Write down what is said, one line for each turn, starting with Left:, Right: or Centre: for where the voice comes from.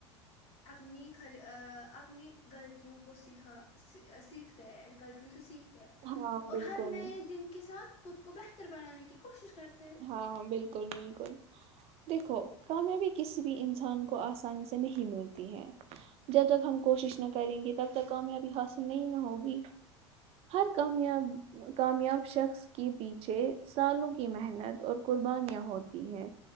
Left: اپنی غلطی آآ اپنی غلطیوں کو سیکھا سیکھتے ہے غلطیوں سے سیکھتے ہیں
Right: ہاں
Left: اور
Right: بالکل
Left: ہر نئے دن کے ساتھ خود کو بہتر بنانے کی کوشش کرتے ہیں
Right: ہاں ہاں بالکل بالکل دیکھو کامیابی کسی بھی انسان کو آسانی سے نہیں ملتی ہے جب تک ہم کوشش نہ کریں گے تب تک کامیابی حاصل نہیں نہ ہوگی ہر کامیاب کامیاب شخص کے پیچھے سالوں کی محنت اور قربانیاں ہوتی ہیں